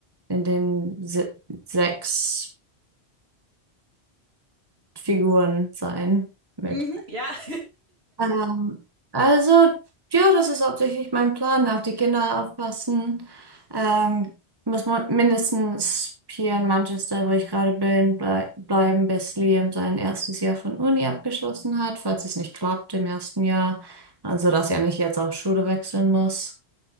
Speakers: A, on the right (about 20°); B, on the right (about 70°).
A: in den se sechs Figuren sein mit.
B: Mhm. Ja. <laughs>
A: Ähm, also, ja, das ist hauptsächlich mein Plan, auf die Kinder aufpassen. Ähm, muss man mindestens hier in Manchester, wo ich gerade bin, blei bleiben, bis Liam sein erstes Jahr von Uni abgeschlossen hat, falls es nicht klappt im ersten Jahr. Also, dass er nicht jetzt auch Schule wechseln muss.